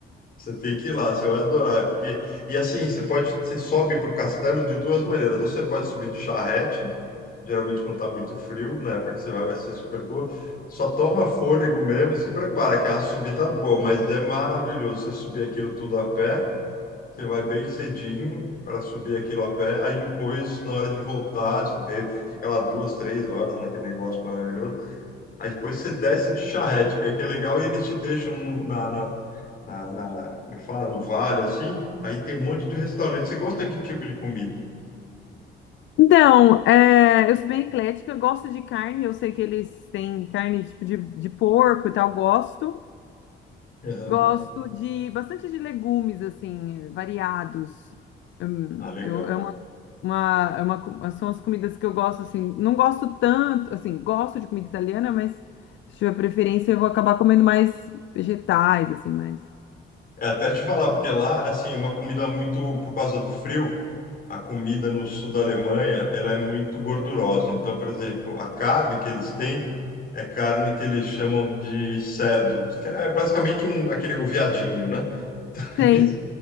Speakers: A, on the left; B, on the left.
A: Você tem que ir lá, você vai adorar. Porque... E assim, você pode, você sobe para o castelo de duas maneiras. Ou você pode subir de charrete, geralmente quando está muito frio, na época que você vai, vai ser super boa. Só toma fôlego mesmo e se prepara, que é uma subida boa, mas é maravilhoso. Você subir aquilo tudo a pé, você vai bem cedinho para subir aquilo a pé. Aí depois, na hora de voltar, você vê, fica lá duas, três horas naquele negócio maravilhoso. Aí depois você desce de charrete, que é que é legal, e eles te deixam no- na, na, na, na- como é que fala, no vale, assim. Aí tem um monte de restaurante. Você gosta de que tipo de comida?
B: Então, é, eu sou bem eclética, eu gosto de carne, eu sei que eles têm carne tipo de, de porco e tal, gosto.
A: Aham.
B: Gosto de bastante de legumes, assim, variados. Hum,
A: Ah, legal.
B: Eu, é uma, uma, é uma co- são as comidas que eu gosto, assim, não gosto tanto, assim, gosto de comida italiana, mas se tiver preferência eu vou acabar comendo mais vegetais, assim, mas...
A: É até te falar, porque lá, assim, é uma comida muito, por causa do frio, a comida no sul da Alemanha, ela é muito gordurosa. Então, por exemplo, a carne que eles têm é carne que eles chamam de cerdo, que é basicamente um, aquele o viadinho, né? <laughs>
B: Sei,